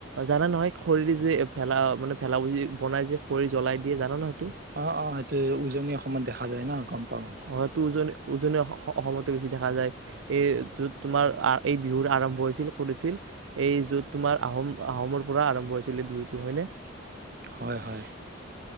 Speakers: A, on the right (about 80°); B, on the right (about 50°).
A: জানা নহয় খৰিদি যে ভেলা মানে ভেলাভূজি বনাই যে কৰি জ্বলাই দিয়ে জান নহয়?
B: অ' অ' সেইটো উজনি অসমত দেখা যায় না গম পাওঁ গম পাওঁ
A: অ' তোজ উজনি অসমতে বেছি দেখা যায় এই য'ত তোমাৰ এই বিহুৰ আৰম্ভ হৈছিল কৰিছিল এই য'ত তোমাৰ আহোম আহোমৰ পৰা আৰম্ভ হৈছিল এই বিহুটো হয়নে
B: হয় হয়।